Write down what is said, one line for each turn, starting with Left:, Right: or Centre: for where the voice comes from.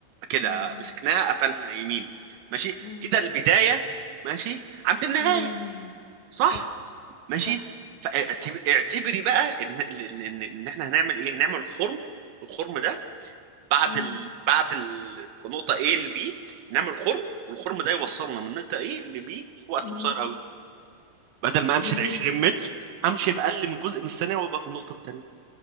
Right: كده
Left: امم
Right: مسكناها قفلنا يمين ماشي
Left: امم
Right: كده البدايه ماشي عند النهايه
Left: عند النهاية
Right: صح
Left: صح
Right: ماشي
Left: صح
Right: فاعتب- اعتبري بقى ان ان ان إن احنا هنعمل ايه هنعمل خرم الخرم ده بعد
Left: امم
Right: ال... بعد ال... في نقطه A ل B نعمل خرم والخرم ده يوصلنا من نقطه A ل B في وقت
Left: من
Right: قصير
Left: نقطة
Right: قوي بدل ما امشي
Left: دي اللي
Right: ال 20
Left: هي
Right: متر همشي في اقل من جزء من الثانيه وابقى في النقطه الثانيه